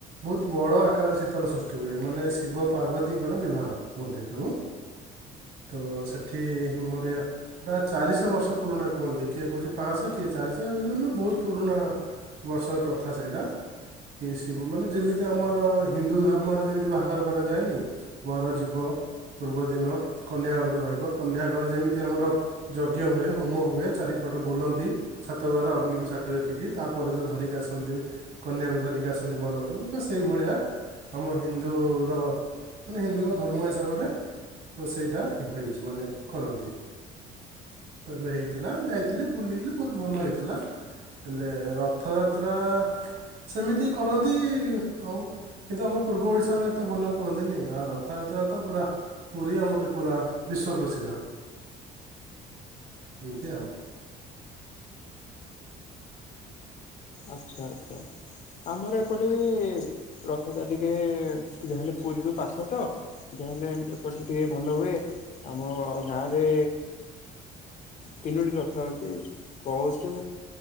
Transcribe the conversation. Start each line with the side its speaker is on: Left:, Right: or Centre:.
Right: ବହୁତ ବଡ ଆକାରରେ ଶୀତଳ ସୃଷ୍ଟି ହୁଏ। ମାନେ ଶିବ ପାର୍ବତୀଙ୍କର ବିବାହ କୁହନ୍ତି ଏଟାକୁ। ତ ସେଠି ମୋରିଆ ଦା-ଚାରିଶହ ବର୍ଷ ପୁରୁଣା କୁହନ୍ତି। କିଏ କହୁଚି ପାଁଶହ କିଏ ଚାରିଶହ ଏମିତି ମାନେ ବହୁତ ପୁରୁଣା। ବର୍ଷର ପ୍ରଥା ସେଇଟା କି ସିବୁ ମାନେ ଯେମିତି ଆମର ହିନ୍ଦୁ ଧର୍ମରେ ଯେମିତି ବାହାଘର କରାଯାଏନି। ବର ଯିବ ପୂର୍ବଦିନ କନ୍ୟା ଘରକୁ ରହିବ। କନ୍ୟା ଘର ଯେମିତି ଆମର ଯଜ୍ଞ ହୁଏ। ହୋମ ହୁଏ। ଚାରିପଟ ବୁଲନ୍ତି ସାତଘେରା ଅଗ୍ନିକୁ ସାଖିରେ ରଖିକି ତା ପରଦିନ ଧରିକି ଆସନ୍ତି କନ୍ୟାକୁ ଧରିକି ଆସନ୍ତି ବର ଘରକୁ। ତ ସେଇଭଳିଆ ଆମ ହିନ୍ଦୁର ମାନେ ହିନ୍ଦୁଙ୍କ ଧର୍ମ ହିସାବରେ ତ ସେଇ ଟା ହୋଇଛି, ମାନେ କରନ୍ତି ଏବେ ହେଇଥିଲା। ଯାଇଥିଲି, ବୁଲିଥିଲି, ବହୁତ ଭଲ ହେଇଥିଲା। ହେଲେ ରଥଯାତ୍ରା ସେମିତି କରନ୍ତି। ଆଉ କିନ୍ତୁ ଆମ ପୂର୍ବ ଓଡ଼ିଶା ଭଳିଆ ଏତେ ଭଲରେ କରନ୍ତିନି। ଆଉ ରଥଯାତ୍ରା ତ ପୁରା ପୁରୀ ଆମର ପୁରା ବିଶ୍ଵ ପ୍ରସିଦ୍ଧ। ଏମିତି ଆଉ।
Left: ଆଚ୍ଛା ଆଚ୍ଛା ଆମର ଏପଟେ ରଥଟା ଟିକେ ଯାହାହେଲେ ପୁରୀରୁ ପାଖ ତ ଯାହାେଲେ ଏମ୍ ଏପଟେ ଟିକେ ଭଲ ହୁଏ। ଆମ ଗାଁରେ ତିନୋଟି ରଥ ଅଛି। ବହୁତ